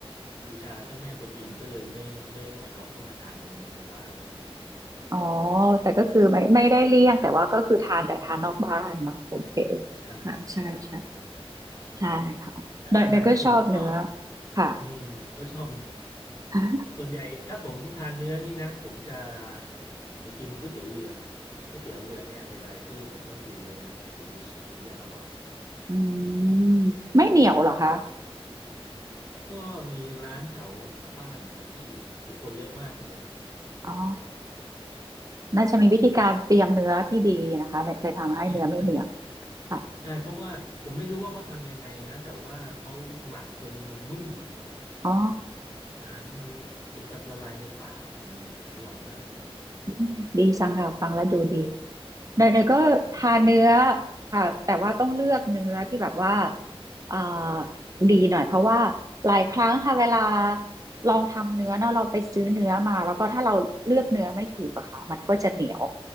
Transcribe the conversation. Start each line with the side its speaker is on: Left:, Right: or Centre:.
Left: บูชาเจ้าแม่กวนอิมก็เลยไม่ไม่ไม่เอาเข้ามาทานในในบ้านนะครับ
Right: อ๋อแต่ก็คือไม่ไม่ได้เลี่ยงแต่ว่าก็คือทานแต่ทานนอกบ้านเนาะโอเค
Left: ใช่ใช่ใช่
Right: ค่ะใช่ใช่ใช่ค่ะเนยเนยก็ชอบเนื้อ
Left: แต่อาหารที่ผมชอบ
Right: ค่ะ
Left: อืมก็ชอบ
Right: ฮะ
Left: ส่วนใหญ่ถ้าผมทานเนื้อนี่นะผมจะไปกินก๋วยเตี๋ยวเรือก๋วยเตี๋ยวเรือเนี่ยเป็นอะไรที่ผมต้องกินเนื้อถึงจะถึงจะอร่อย
Right: อืมไม่เหนียวเหรอคะ
Left: ก็มีร้านแถวแถวบ้านนะครับที่ผู้คนเยอะมากเลย
Right: อ๋อน่าจะมีวิธีการเตรียมเนื้อที่ดีนะคะเลยเลยทำให้เนื้อไม่เหนียว
Left: ใช่ใช่
Right: ค่ะ
Left: ใช่เพราะว่าผมไม่รู้ว่าเขาทำยังไงนะแต่ว่าเขาหมักจนมันนุ่มอ่ะ
Right: อ๋อ
Left: ทานแล้วมันเหมือนกับละลายในปากอ่ะมันอร่อยมาก
Right: อืมดีจังค่ะฟังแล้วดูดีเนยเนยก็ทานเนื้อค่ะแต่ว่าต้องเลือกเนื้อที่แบบว่าเอ่อดีหน่อยเพราะว่าหลายครั้งค่ะเวลาลองทำเนื้อเนาะเราไปซื้อเนื้อมาแล้วก็ถ้าเราเลือกเนื้อไม่ถูกอะค่ะมันก็จะเหนียว